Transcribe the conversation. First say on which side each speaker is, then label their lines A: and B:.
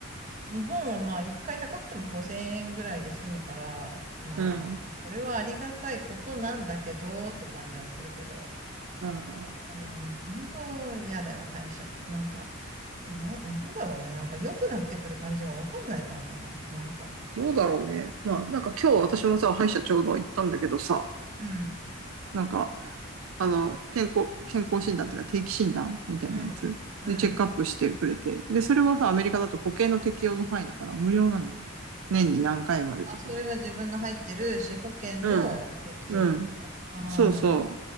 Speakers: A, on the right; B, on the right.
A: 日本はまあ一回高くても5000円ぐらいで済むから、まあ、
B: うん、
A: それはありがたいことなんだけどって感じはするけど、
B: うん。
A: でも、本当嫌だよ、歯医者。なんか、な、なんだろうね。なんか良くなってくる感じがわかんないからかな。なんか。
B: どうだろうね。まあなんか今日私もさ、歯医者ちょうど行ったんだけどさ、
A: うん、
B: なんか、あの、健康、健康診断というか定期診断みたいなやつでチェックアップしてくれて。
A: うん、うん、うん。
B: で、それはさ、アメリカだと保険の適用の範囲だから無料なのよ。年に何回までとかは。
A: あ、それは自分の入ってる歯保険の適用ってことああー、
B: うん。うん。そうそ
A: なるほど。